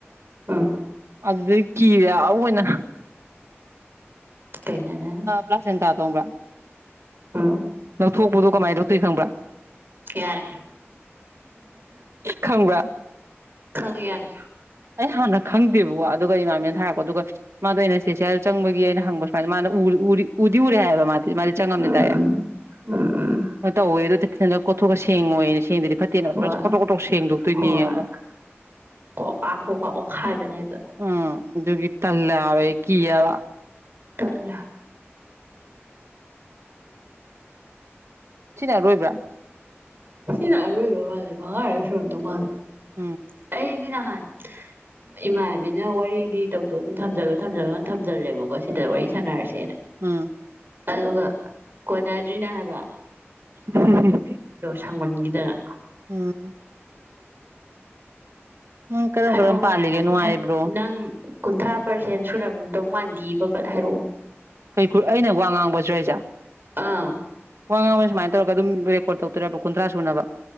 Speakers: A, on the right; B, on the right.
A: ꯎꯝ
B: ꯑꯗꯨ ꯀꯤꯔꯦ ꯑꯅ
A: ꯀꯩꯅꯣꯅꯦ
B: ꯄ꯭ꯂꯥꯁꯁ ꯑꯦꯟ ꯇꯣꯡꯕ
A: ꯑꯥ
B: ꯊꯣꯛꯄꯗꯣ ꯀꯃꯥꯏꯅ ꯇꯧ ꯇꯣꯏꯔꯤ ꯈꯪꯕ꯭ꯔ
A: ꯌꯥꯔꯦ
B: ꯈꯪꯕ
A: ꯈꯪꯒꯦ ꯌꯥꯔꯦ
B: ꯑꯩ ꯍꯥꯟꯅ ꯈꯪꯗꯦꯕꯀꯣ ꯑꯗꯨꯒ ꯏꯃꯥꯃꯦꯅ ꯊꯔꯛꯄꯣ ꯑꯗꯨꯒ ꯃꯥꯗ ꯑꯩꯅ ꯆꯦꯆꯦꯗ ꯆꯪꯕꯒꯤ ꯑꯩꯅ ꯍꯪꯕ ꯁꯨꯃꯥꯏꯅ ꯃꯥꯅ ꯎ ꯎ ꯎꯔꯤ ꯎꯔꯣ ꯃꯥꯦ ꯃꯥꯗꯤ ꯆꯪꯉꯝꯅꯤ
A: ꯎꯝ
B: ꯇꯥꯏꯔꯦ
A: ꯎꯝ ꯎꯝ ꯎꯝ
B: ꯇꯧꯋꯦ ꯑ ꯑꯗꯨ ꯍ ꯀꯣꯊꯣꯛꯒ ꯁꯦꯡ ꯑꯣꯏ ꯑꯣꯏꯅ ꯁꯦꯡꯗꯗꯤ ꯐꯠꯇꯦꯅ
A: ꯍꯣꯏ
B: ꯄꯨ ꯈꯣꯇꯣꯛ ꯈꯣꯇꯣꯛ ꯁꯦꯡꯗꯣꯛꯇꯣꯏꯅꯦ
A: ꯍꯣꯏ
B: ꯌꯦꯡꯕ
A: ꯀꯣꯀꯥ ꯀꯣꯀꯥ ꯑꯣꯠꯈꯥꯏꯕꯅꯦ ꯑꯗꯣ
B: ꯎꯝ ꯑꯗꯨꯒꯤ ꯇꯜ ꯍꯥꯏꯕꯦ ꯀ ꯌꯥꯕ
A: ꯇꯔ꯭ꯔ
B: ꯁꯤꯅ ꯔꯣꯏꯕ꯭ꯔꯥ
A: ꯁꯤꯅ ꯑꯔꯣꯏꯕ ꯃꯥꯜꯂꯦ ꯃꯉꯥ ꯍꯥꯏꯔꯒ ꯁꯣꯏꯝꯗꯧ ꯃꯥꯜꯂꯦ
B: ꯎꯝ
A: ꯑꯩꯗꯤ ꯅꯍꯥꯟ ꯏꯃꯥꯟꯕꯤꯅ ꯋꯥꯔꯤ ꯀ ꯇꯧꯗꯣ ꯑꯗꯨ ꯊꯝꯖꯜꯂꯣ ꯊꯝꯖꯜꯂꯣꯅ ꯊꯖꯜꯂꯕꯀꯣ ꯁꯤꯗ ꯋꯥꯔꯤ ꯁꯥꯟꯅꯔꯁꯦꯅ
B: ꯎꯝ
A: ꯑꯗꯨꯒ ꯀꯣꯟꯅꯗ꯭ꯔꯤꯅꯦ ꯍꯥꯏꯕ
B: ꯎꯝ ꯎꯝ
A: ꯊꯥꯡꯃꯟꯒꯤꯗꯅ
B: ꯎꯝ ꯎꯝ ꯀꯔꯝ
A: ꯍꯥꯏꯔꯛꯑꯣ
B: ꯀꯔꯝ
A: ꯈꯔ
B: ꯄꯥꯜꯂꯤꯒꯦ
A: ꯅꯪ
B: ꯅꯨꯡꯉꯥꯏꯕ꯭ꯔꯣ
A: ꯊꯥꯔ ꯅꯪ ꯀꯨꯟꯊ꯭ꯔꯥ ꯄꯥꯔꯁꯦꯟ ꯁꯨꯔꯝꯗꯧ ꯃꯥꯟꯗꯤꯌꯦ ꯄꯠ ꯍꯥꯏꯔꯛꯎ
B: ꯀꯩ ꯑꯩꯅ ꯋꯥ ꯉꯥꯡꯕꯁꯨ ꯍꯥꯏꯖꯦ
A: ꯑꯥ
B: ꯋꯥ ꯉꯥꯡꯕꯁꯦ ꯁꯨꯃꯥꯏ ꯇꯧꯔꯒ ꯑꯗꯨꯝ ꯐꯣꯟ ꯇꯧꯔꯛ ꯇꯣꯏꯔꯕ ꯀꯟꯊ꯭ꯔꯥ ꯁꯨꯨꯅꯕ